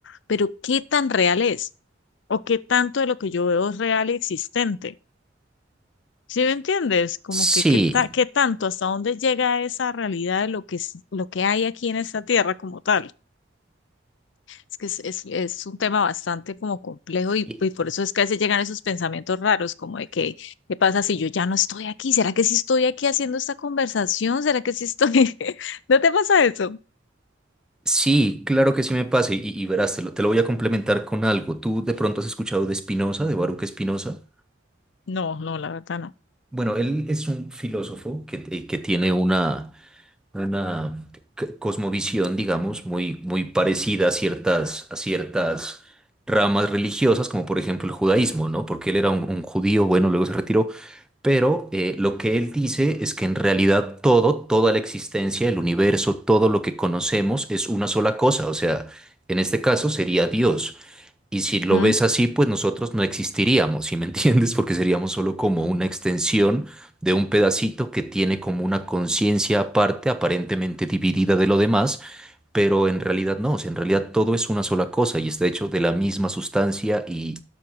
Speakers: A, on the left; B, in the centre.
A: pero ¿qué tan real es? ¿O qué tanto de lo que yo veo es real y existente? ¿Sí me entiendes? Como
B: Sí,
A: que qué, ta- qué tanto, hasta dónde llega esa realidad de lo que, es- lo que hay aquí en esta tierra como tal. Es que es, es, es un tema bastante como complejo y,
B: y-
A: y por eso es que a veces llegan esos pensamientos raros, como de que, ¿qué pasa si yo ya no estoy aquí? ¿Será que sí estoy aquí haciendo esta conversación? ¿Será que sí estoy? <laughs> ¿No te pasa eso?
B: sí, claro que sí me pasa y, y verás, te lo, te lo voy a complementar con algo. ¿Tú de pronto has escuchado de Spinoza, de Baruch Spinoza?
A: No, no, la verdad no.
B: Bueno, él es un filósofo que, eh, que tiene una una c- cosmovisión, digamos, muy, muy parecida a ciertas, a ciertas ramas religiosas, como por ejemplo el judaísmo, ¿no? Porque él era un, un judío, bueno, luego se retiró, pero eh, lo que él dice es que en realidad todo, toda la existencia, el universo, todo lo que conocemos es una sola cosa, o sea, en este caso sería Dios. Y si lo
A: Ujú.
B: ves así, pues nosotros no existiríamos, ¿sí me <laughs> entiendes? Porque seríamos solo como una extensión de un pedacito que tiene como una conciencia aparte, aparentemente dividida de lo demás, pero en realidad no, o sea, en realidad todo es una sola cosa y está hecho de la misma sustancia y,